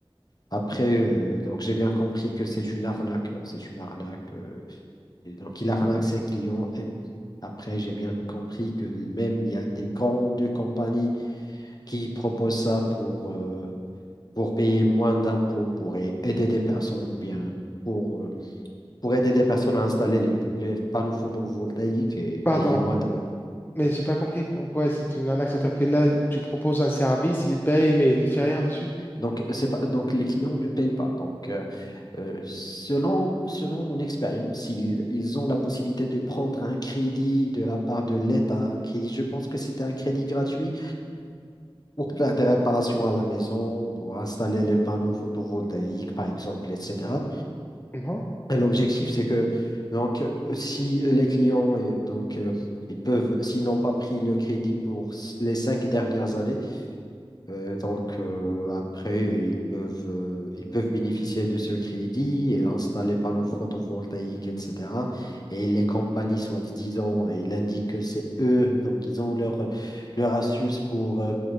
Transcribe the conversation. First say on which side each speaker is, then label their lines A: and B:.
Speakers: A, on the left; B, on the left.
A: Après, euh, donc j'ai bien compris que c'est une arnaque. euh, C'est une arnaque. euh, et donc, il arnaque ses clients. Et après, j'ai bien compris que même il y a des grandes compagnies qui proposent ça pour, euh, pour payer moins d'impôts, pour a- aider des personnes ou bien pour, euh, pour aider des personnes à installer les, les panneaux photovoltaïques et
B: Pardon,
A: payer moins d'impôts.
B: mais mais j'ai pas compris pourquoi c'est une arnaque. C'est-à-dire que là, tu proposes un service, il paye, mais il fait rien dessus.
A: Donc, c'est pas, donc, les clients ne payent pas. Donc, euh, Euh, selon, selon mon expérience, ils, ils ont la possibilité de prendre un crédit de la part de l'État, un crédit, je pense que c'était un crédit gratuit pour faire des réparations à la maison, pour installer les panneaux photovoltaïques, par exemple, etc.
B: Non?
A: Et l'objectif, c'est que donc, euh, si les clients, euh, donc, euh, ils peuvent, s'ils n'ont pas pris le crédit pour s- les cinq dernières années, euh, donc, euh, après, ils peuvent, euh, ils peuvent bénéficier de ce crédit et installer panneaux photovoltaïques, etc. Et les compagnies, soit disant, ils indiquent que c'est eux, donc ils ont leur, leur astuce pour, euh,